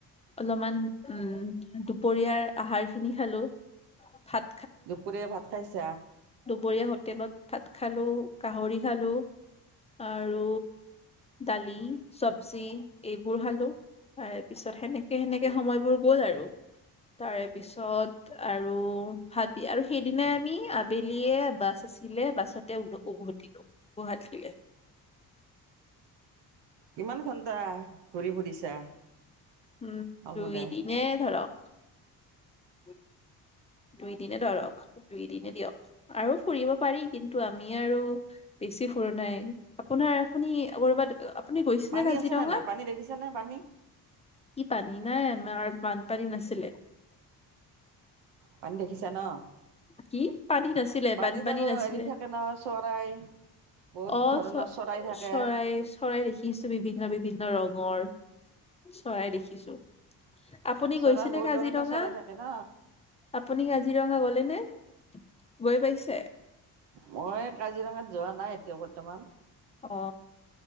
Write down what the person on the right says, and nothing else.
দুপৰীয়া ভাত খাইছা?
কিমান ঘণ্টা ঘূৰি ফুৰিছা?
সমুদায়
পানী
আছেনে নাই? পানী দেখিছানে পানী,
পানী দেখিছা ন',
পানীত
আৰু
হেৰি থাকে নহয় চৰাই, বহুত
ধৰণৰ
চৰাই থাকে
চৰাই
বহুত
ধৰণৰ চৰাই থাকে ন।
মই কাজিৰঙাত যোৱা নাই, এতিয়াও বৰ্তমান